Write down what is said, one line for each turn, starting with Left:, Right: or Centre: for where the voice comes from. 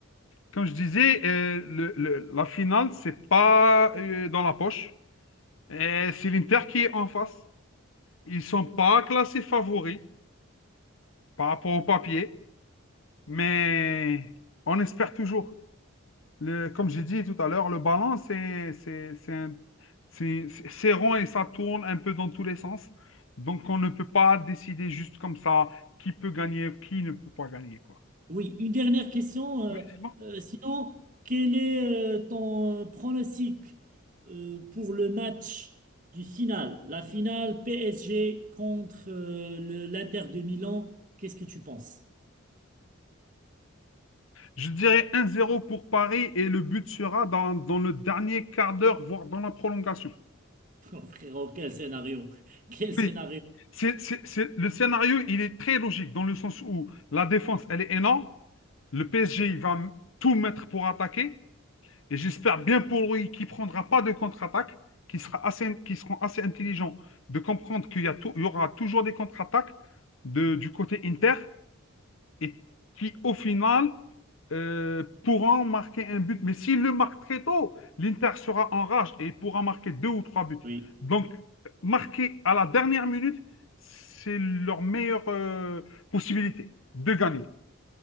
Left: comme je disais, euh, le- le- la finale, c'est pas euh, dans la poche. Et C'est l'Inter qui est en face. Ils sont pas classés favoris par rapport au papier, mais on espère toujours. Le, comme j'ai dit tout à l'heure, le ballon, c'est c'est- c'est un- c'est- c'est- c'est rond et ça tourne un peu dans tous les sens. Donc, on ne peut pas décider juste comme ça qui peut gagner, qui ne peut pas gagner, quoi.
Right: Oui, une dernière question. euh,
Left: Oui, c'est bon.
Right: euh, sinon, quel est euh, ton pronostic euh, pour le match du final, la finale PSG contre euh, le- l'Inter de Milan? Qu'est-ce que tu penses?
Left: Je dirais un zéro pour Paris et le but sera dans, dans le dernier quart d'heure, voire dans la prolongation.
Right: <laughs> Oh, frérot, quel scénario! Quel scénario!
Left: Oui, c'est, c'est- c'est- le scénario, il est très logique dans le sens où la défense, elle est énorme. Le PSG, il va tout mettre pour attaquer. Et j'espère bien pour lui qu'il ne prendra pas de contre-attaque, qu'il sera assez, qu'ils seront assez intelligents de comprendre qu'il y, a tou- il y aura toujours des contre-attaques de- du côté Inter et qui, au final, euh, pourront marquer un but. Mais s'il le marque très tôt, l'Inter sera en rage et pourra marquer deux ou trois buts.
Right: Oui.
Left: Donc, marquer à la dernière minute, c'est leur meilleure euh, possibilité de gagner.